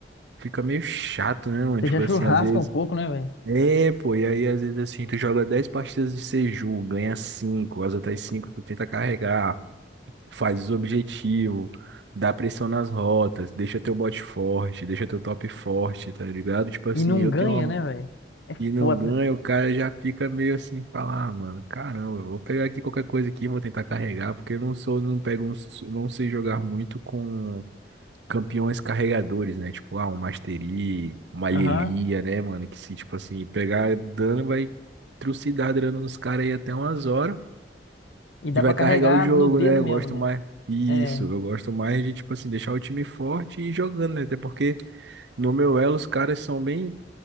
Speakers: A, on the right; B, on the left.
A: Fica meio chato, né, mano?
B: Você
A: Tipo
B: já <laughs> churrasca
A: assim, às vezes.
B: um pouco, né, velho?
A: É, pô, e aí às vezes assim, tu joga 10 partidas de Seju, ganha 5, as outras 5, tu tenta carregar, faz os objetivos, dá pressão nas rotas, deixa teu bot forte, deixa teu top forte, tá ligado? Tipo assim,
B: E não
A: eu
B: ganha,
A: tenho uma.
B: né, velho? É
A: E não
B: foda.
A: ganha, o cara já fica meio assim, fala, ah, mano, caramba, eu vou pegar aqui qualquer coisa aqui, vou tentar carregar, porque eu não sou, não pego, não s- não sei jogar muito com campeões carregadores, né? Tipo, ah, um Mastery, uma Lilia,
B: Aham.
A: né, mano? Que se, tipo assim, pegar dano, vai trucidar dano nos caras aí até umas horas.
B: E dá
A: E vai
B: pra carregar
A: carregar o jogo,
B: no dedo
A: né? Eu
B: mesmo,
A: gosto
B: né?
A: mais. Isso,
B: É,
A: eu gosto mais de, tipo assim, deixar o time forte e ir jogando, né? Até porque no meu elo os caras são bem,